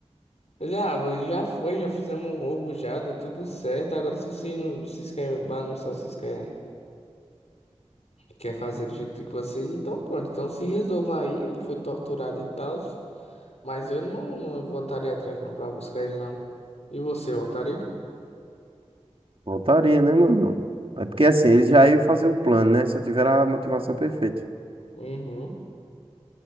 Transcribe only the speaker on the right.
voltaria, né, mano? É porque, assim, eles já iam fazer o plano, né, se eu tiver a motivação perfeita.